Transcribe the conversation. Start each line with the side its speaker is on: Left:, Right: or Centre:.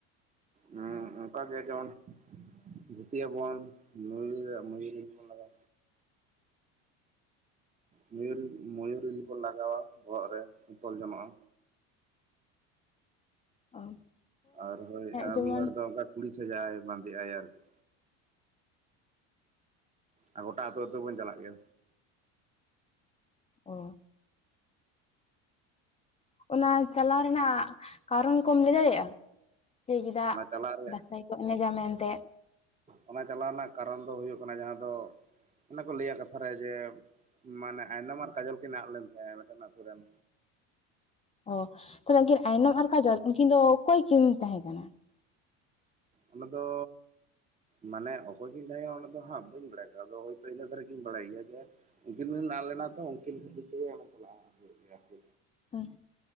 Right: ᱦᱩ ᱚᱱᱠᱟᱟᱜᱮ ᱡᱮᱢᱚᱱ ᱫᱷᱩᱛᱤ ᱟᱵᱚᱱ ᱢᱩᱨ ᱢᱚᱭᱩᱨ ᱵᱚᱱ ᱞᱟᱜᱟᱣᱟ ᱢᱚᱭᱩᱨ ᱢᱚᱭᱩᱨ ᱤᱞ ᱵᱚᱱ ᱞᱟᱜᱟᱣᱟ ᱵᱚᱦᱚᱜ ᱨᱮ ᱛᱚᱞ ᱡᱚᱱᱚᱜ-ᱟ
Left: <inaudible>
Right: ᱟᱨ ᱦᱳᱭ ᱟᱨ
Left: ᱡᱮᱢᱚᱱ
Right: ᱢᱤᱫ ᱦᱚᱲ ᱫᱚ ᱚᱱᱠᱟ ᱠᱩᱲᱤ ᱥᱟᱡᱟᱜ ᱵᱟᱸᱫᱮᱜ-ᱟᱭ ᱟᱨᱠᱤ ᱟᱨ ᱜᱚᱴᱟ ᱟᱹᱛᱩ ᱟᱹᱛᱩ ᱵᱚᱱ ᱪᱟᱞᱟᱜ ᱜᱮᱭᱟ
Left: ᱚ ᱚᱱᱟ ᱪᱟᱞᱟᱣ ᱨᱮᱱᱟᱜ ᱠᱟᱨᱚᱱ ᱠᱚᱢ ᱞᱟᱹᱭ ᱫᱟᱲᱮᱭᱟᱜ-ᱟ ᱪᱮᱫᱟᱜ
Right: ᱚᱱᱟ ᱪᱟᱞᱟᱜ ᱨᱮ
Left: ᱫᱟᱸᱥᱟᱭ ᱠᱚ ᱮᱱᱮᱡᱟ ᱢᱮᱱᱛᱮ
Right: ᱚᱱᱟ ᱪᱟᱞᱟᱣ ᱨᱮᱱᱟᱜ ᱠᱟᱨᱚᱱ ᱫᱚ ᱦᱩᱭᱩᱜ ᱠᱟᱱᱟ ᱡᱟᱦᱟᱸ ᱫᱚ ᱚᱱᱮ ᱠᱚ ᱞᱟᱹᱭᱟ ᱠᱟᱛᱷᱟ ᱡᱮ ᱢᱟᱱᱮ ᱟᱭᱱᱚᱢ ᱟᱨ ᱠᱟᱡᱚᱞ ᱠᱤᱱ ᱟᱫ ᱞᱮᱱ ᱛᱟᱦᱮᱸᱱᱟ ᱢᱤᱫᱴᱮᱱ ᱟᱛᱩ ᱨᱮᱱ
Left: ᱚ ᱛᱟᱦᱚᱞᱮ ᱩᱱᱠᱤᱱ ᱟᱭᱱᱚᱢ ᱟᱨ ᱠᱟᱡᱚᱞ ᱩᱱᱠᱤᱱ ᱫᱚ ᱚᱠᱚᱭ ᱠᱤᱱ ᱛᱟᱦᱮᱸ ᱠᱟᱱᱟ
Right: ᱚᱱᱟ ᱫᱚ ᱢᱟᱱᱮ ᱚᱠᱚᱭ ᱠᱤᱱ ᱛᱟᱦᱮ ᱠᱟᱱᱟ ᱚᱱᱟ ᱫᱚ ᱦᱟᱸᱜ ᱵᱟᱹᱧ ᱵᱟᱰᱟᱭ ᱫᱚ ᱟᱫᱚ ᱦᱚᱭᱛᱚ ᱤᱱᱟᱹ ᱫᱷᱟᱨᱤᱡ ᱜᱤᱧ ᱵᱟᱲᱟᱭ ᱜᱮᱭᱟ ᱡᱮ ᱩᱱᱠᱤᱱ ᱠᱤᱱ ᱟᱫ ᱞᱮᱱᱟ ᱛᱚ ᱩᱱᱠᱤᱱ ᱠᱷᱟᱹᱛᱤᱨ ᱛᱮᱜᱮ ᱪᱟᱞᱟᱜ ᱦᱩᱭᱩᱜ ᱜᱮᱭᱟ ᱟᱨᱠᱤ
Left: ᱦᱮᱸ